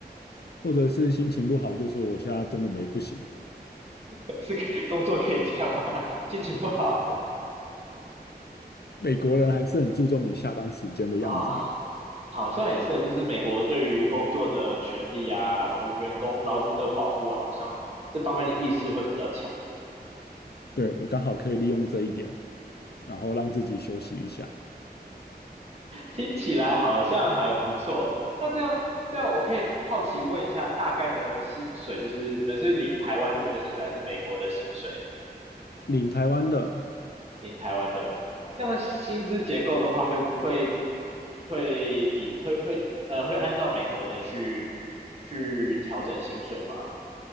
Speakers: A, on the left; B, on the right.
A: 或者是心情不好，就说我现在真的没不行。
B: <laughs> 是可以工作可以这样吗？<laughs> 心情不好
A: 美国人还是很注重你下班时间的样子嘛。
B: 啊，哦好像也是，就是美国对于工作的权利啊，然后员工劳工的保护啊，好像这方面的意识会比较强一点。
A: 对，我刚好可以利用这一点，然后让自己休息一下。
B: 听起来好像还不错。那这样这样，我可以好奇问一下，大概的薪水，就是你们是领台湾这边的薪水，还是美国的薪水？
A: 领台湾的
B: 领台湾的，这样的薪资结构的话会，会会比会会呃会按照美国的去去调整薪水吗？